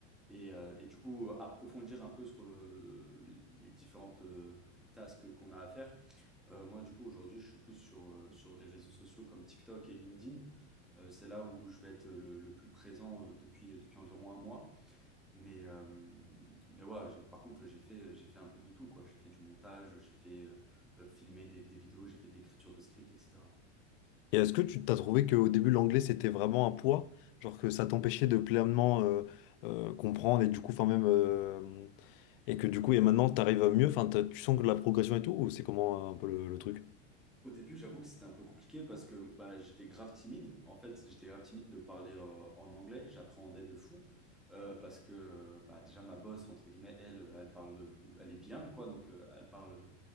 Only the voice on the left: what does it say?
Et est-ce que tu t'as trouvé qu'au début, l'anglais, c'était vraiment un poids? Genre que ça t'empêchait de pleinement euh, euh, comprendre et du coup, enfin même... euh, et que du coup, et maintenant, t'arrives à mieux, enfin, t'as- tu sens que de la progression et tout, ou c'est comment euh, un peu le le truc?